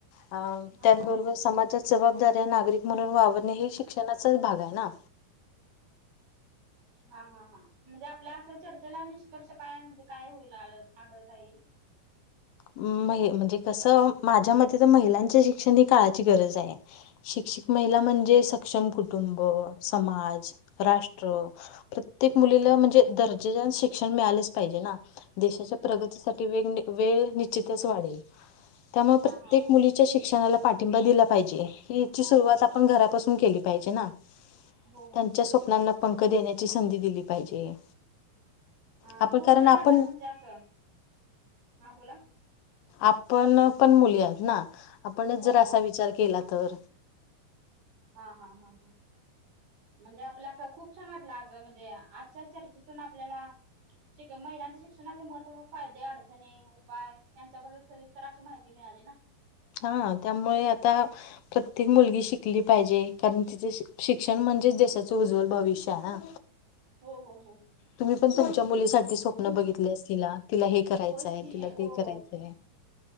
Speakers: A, on the left; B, on the right.
A: अ
B: हा
A: त्याचबरोबर
B: हा हा
A: समाजात जबाबदाऱ्या नागरिक म्हणून वावरणे हे शिक्षणाचाच भाग आहे ना.
B: हा हा हा म्हणजे आपल्या असं चर्चेला निष्कर्ष काय म्हणजे काय आ आढळता येईल.
A: म्हणजे कसं माझ्या मते तर महिलांच शिक्षण ही काळाची गरज आहे. शिक्षित महिला म्हणजे सक्षम कुटुंब समाज राष्ट्र प्रत्येक मुलीला म्हणजे दर्जेदार शिक्षण मिळालेच पाहिजे ना. देशाच्या प्रगतीसाठी वेग वेळ. निश्चितच वाढेल त्यामुळे
B: हा
A: प्रत्येक
B: हा
A: मुलीच्या शिक्षणाला पाठिंबा दिला पाहिजे. हिची
B: हो
A: सुरुवात
B: हो हो
A: आपण घरापासून केली पाहिजे ना.
B: हो हो
A: त्यांच्या
B: हो
A: स्वप्नांना पंख देण्याची संधी दिली पाहिजे.
B: हा
A: आपण
B: खूप
A: कारण
B: छान
A: आपण
B: वाटला म्हणजे अस हा बोला.
A: आपण पण मुली आहेत ना आपणच
B: हो
A: जर असा
B: हो
A: विचार केला तर.
B: हा हा हा हा. म्हणजे आपल्या असं खूप छान वाटलं आज म्हणजे आजच्या चर्चेतून आपल्याला. शिक महिलांच्या शिक्षणाचे महत्व फायदे अडचणी. उपाय यांच्याबद्दल सविस्तर अशी माहिती मिळाली ना.
A: हा त्यामुळे आता प्रत्येक मुलगी शिकली पाहिजे कारण तिचे शिक्षण म्हणजेच देशाचं उज्ज्वल भविष्य आहे ना.
B: हो हो हो.
A: तुम्ही पण तुमच्या मुलीसाठी स्वप्न बघितले असतिला तिला हे करायचंय
B: होयच की
A: तिला
B: हो
A: ते करायचंय.
B: हो.